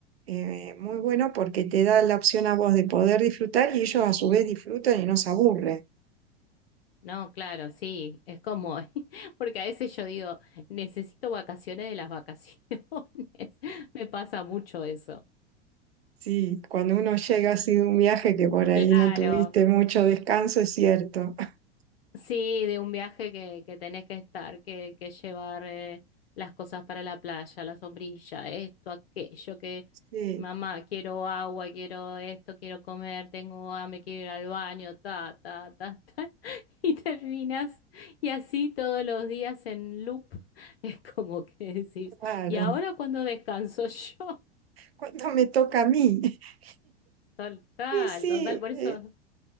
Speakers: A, on the right; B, on the left.
A: eh, muy bueno porque te da la opción a vos de poder disfrutar y ellos a su vez disfrutan y no se aburren.
B: No, claro, sí, es como, <laughs> porque a veces yo digo, necesito vacaciones de las vacaciones, <laughs> me pasa mucho eso.
A: Sí, cuando uno llega así de un viaje que por ahí
B: Claro,
A: no tuviste mucho descanso, es cierto. <laughs>
B: Sí, de un viaje que, que tenés que estar, que, que llevar eh, las cosas para la playa, la sombrilla, esto, aquello, que
A: Sí,
B: mamá, quiero agua, quiero esto, quiero comer, tengo hambre, quiero ir al baño, ta, ta, ta, <laughs> ta. Y terminas, y así todos los días en loop, <laughs> es como que decís,
A: claro.
B: ¿y ahora cuando descanso <laughs> yo?
A: Cuando me toca a mí. <laughs>
B: Total,
A: Sí, sí,
B: total, por
A: eh,
B: eso,